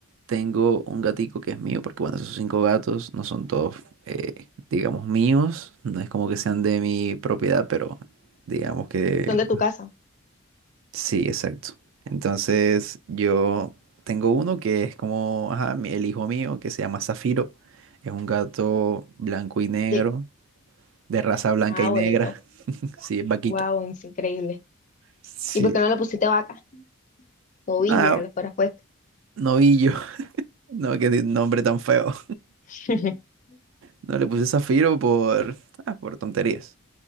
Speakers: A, on the right (about 65°); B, on the left (about 35°).
A: tengo un gatico que es mío, porque bueno, esos cinco gatos no son todos, eh, digamos, míos, no es como que sean de mi propiedad, pero digamos que
B: Son de tu casa.
A: sí, exacto. Entonces yo tengo uno que es como, ajá, mi- el hijo mío, que se llama Zafiro, es un gato blanco y negro,
B: Sí.
A: de raza blanca
B: Ah,
A: y
B: bonito.
A: negra, <laughs> sí, es vaquita.
B: Wow, es increíble.
A: Sí,
B: ¿Y por qué no le pusiste vaca? novia,
A: nada,
B: lo fueras puesto.
A: novillo, <laughs> no, qué nombre tan feo.
B: <laughs>
A: No le puse Zafiro por, ah, por tonterías.